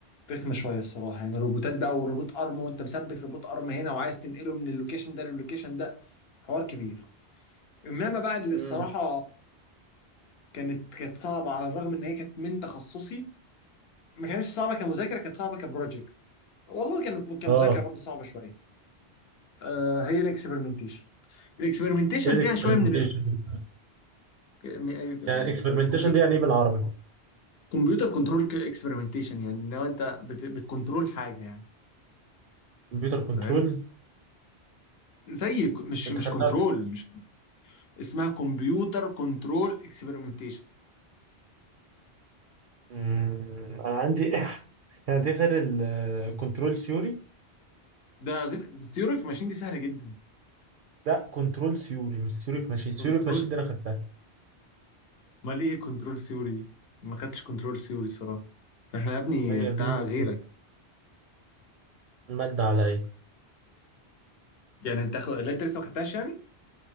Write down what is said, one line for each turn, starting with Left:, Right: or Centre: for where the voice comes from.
Left: رخمه شويه الصراحه يعني روبوتات بقى وروبوت ارم وانت مثبت روبوت ارم هنا وعايز تنقله من اللوكيشن ده للوكيشن ده حوار كبير انما بقى اللي
Right: امم
Left: الصراحه كانت كانت صعبه على الرغم ان هي كانت من تخصصي ما كانتش صعبه كمذاكره كانت صعبه كبروجكت والله كانت كمذاكره
Right: اه
Left: برضه صعبه شويه آه هي الاكسبيرمنتيشن الاكسبيرمنتيشن
Right: ايه الاكسبeriمنتيشن؟
Left: فيها شويه من الامبيدد
Right: يعني الاكسبeriمنتيشن دي يعني ايه بالعربي؟
Left: كمبيوتر كنترول اكسبيرمنتيشن يعني لو انت بت... بتكنترول حاجه يعني
Right: كمبيوتر كنترول
Left: فاهم زي ك- مش
Right: انت
Left: مش
Right: خدتها
Left: كنترول
Right: في سنة.
Left: مش اسمها كمبيوتر كنترول اكسبيرمنتيشن
Right: أمم، انا عندي <laughs> يعني دي غير الكنترول ثيوري
Left: ده غير الثيوري اوف ماشين دي سهله جدا
Right: لا كنترول ثيوري مش ثيوري في ماشين
Left: كنترول
Right: ثيوري في ماشين دي انا خدتها
Left: امال ايه كنترول ثيوري دي ما خدتش كنترول ثيوري صراحه احنا يا ابني
Right: هي
Left: بتاع
Right: دي المادة
Left: غيرك
Right: المادة عليا
Left: يعني انت خ- لا انت لسه ما خدتهاش يعني